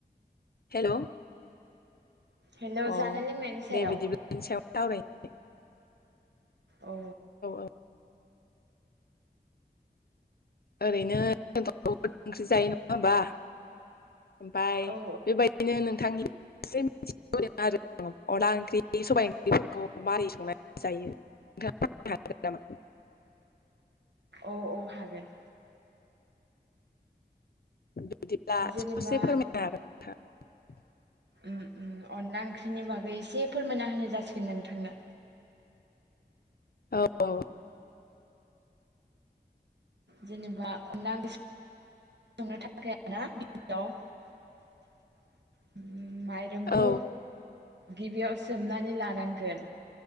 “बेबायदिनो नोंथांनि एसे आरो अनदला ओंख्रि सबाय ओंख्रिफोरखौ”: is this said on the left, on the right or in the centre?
Left